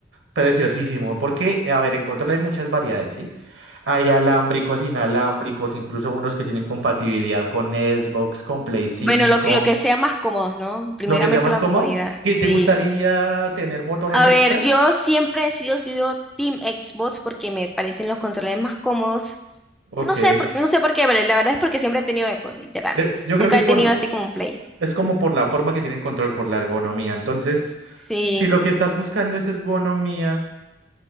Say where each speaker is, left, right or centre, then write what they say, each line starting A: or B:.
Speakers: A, on the right; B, in the centre.
A: preciosísimo, porque, a ver, en control hay muchas variedades, ¿sí? Hay alámbricos, inalámbricos, incluso unos que tienen compatibilidad con Xbox, con Play 5,
B: Bueno, lo, que- lo que sea más cómodos, ¿no? Primeramente
A: lo que sea más
B: la
A: cómodo.
B: comodidad,
A: ¿Qué
B: sí.
A: te gustaría tener botones
B: A
A: extra?
B: ver, yo siempre he sido, sido Team Xbox porque me parecen los controles más cómodos.
A: Ok.
B: No sé por, no sé por qué, pero la verdad es porque siempre he tenido Apple, literal.
A: De- yo creo
B: Nunca
A: que es
B: he
A: por,
B: tenido así como un Play.
A: es como por la forma que tiene el control, por la ergonomía. Entonces,
B: Sí.
A: si lo que estás buscando es ergonomía...